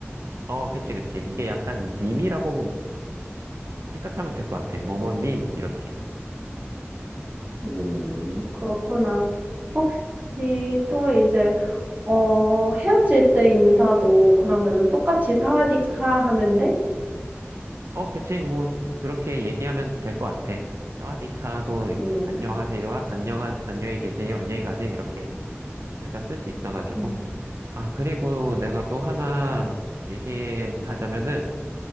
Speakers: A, on the right (about 90°); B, on the right (about 35°).
A: 어, 그치, 그치. 이게 약간 님이라고 생각하면 될 것 같아. 뭐뭐님 이렇게.
B: 음, 그렇구나. 혹시 또 이제 어, 헤어질 때 인사도 그러면은 똑같이 사와디카 하면 돼?
A: 어, 그치, 뭐, 그렇게 얘기하면 될 것 같아. 사와디카도
B: 음.
A: 안녕하세요, 안녕하, 안녕히 계세요, 안녕히 가세요, 이렇게 둘 다 쓸 수 있어가지고.
B: 음.
A: 아, 그리고 내가 또 하나 얘기하자면은,